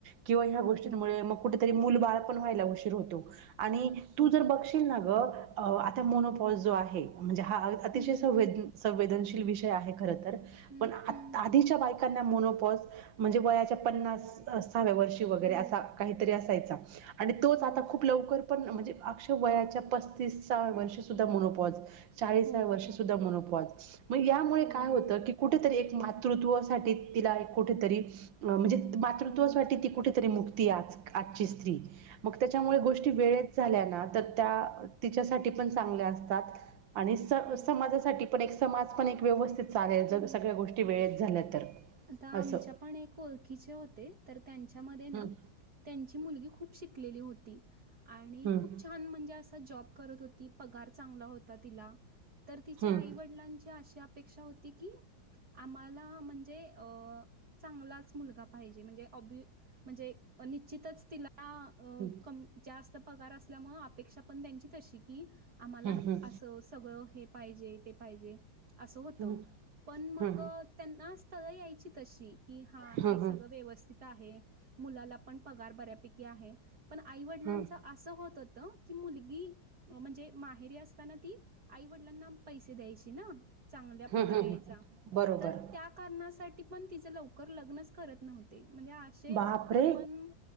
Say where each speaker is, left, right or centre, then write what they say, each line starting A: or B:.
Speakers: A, on the right (about 70°); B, on the right (about 50°).
A: किंवा ह्या गोष्टींमुळे
B: हो
A: मग कुठ तर मुल बाळ व्हायला पण उशीर होतो, आणि तू
B: हो
A: जर बघशील ना ग आता मोनोपॉस जो आहे. म्हणजे हा अतिशय
B: हम्म
A: संवे
B: हम्म
A: संवेदनशील विषय आहे खर तर
B: हम्म
A: पण आ
B: हम्म
A: आधीच्या बायकांना मनोपॉस म्हणजे वयाच्या पन्नास साहव्या वर्षी वगैरे
B: हो
A: असा काहीतरी असायचा आणि तोच
B: हो
A: आता खूप लवकर पण म्हणजे अक्षुब वयाच्या पस्तीसव्या वर्षी सुद्धा मुलंपॉज चाळीसाव्या
B: हो
A: वर्षी
B: हो
A: सुद्धा मनोपाँज म यामुळे
B: हो
A: काय होतं, की कुठेतरी एक मातृत्वासाठी तिला एक कुठेतरी अ म्हणजे मातृत्वासाठी
B: हो झगडं
A: ती कुठेतरी मुक्ती आज आजची स्त्री मग त्याच्यामुळे
B: हो
A: गोष्टी वेळेत झाल्या ना तर त्या तिच्यासाठी पण चांगल्या असतात. आणि <unintelligible>
B: हो
A: समाजासाठी पण एक समाज पण एक व्यवस्थित चालेल
B: हम्म
A: ज सगळ्या गोष्टी वेळेत झाल्या तर
B: आता आमच्या
A: असं
B: पण एक ओळखीचे होते तर त्यांच्यामध्ये ना.
A: हम्म
B: त्यांची मुलगी खूप शिकलेली होती आणि
A: हम्म
B: खूप छान म्हणजे असं. जॉब करत होती पगार चांगला होता तिला तर तिच्या
A: हम्म
B: आईवडलांची अशी अप पेक्षा होती की आम्हाला म्हणजे चांगलाच मुलगा पाहिजे म्हणजे <unintelligible> म्हणजे निश्चितच तिला
A: हम्म
B: कम जास्त पगार असल्यामुळ अपेक्षा पण त्यांची तशी की आम्हाला
A: हम्म हम्म
B: असं सगळं हे पाहिजे ते पाहिजे असं होतं.
A: हम्म
B: पण मग
A: हम्म
B: त्यांना यायची तशी की हा
A: हम्म
B: हे सगळं
A: हम्म
B: व्यवस्थित मुलाला पण पगार बर्या पैकी आहे, पण आईवडिलांच
A: हम्म
B: असं होत होतं की मुलगी म्हणजे माहेरी असताना ती आईवडिलांना पैसे द्यायची ना. चांगला पगार
A: हम्म हम्म
B: यायचा
A: बरोबर
B: तर त्या कारणासाठी पण तिच लवकर लग्नच करत नव्हते म्हणजे असे
A: बापरे
B: पण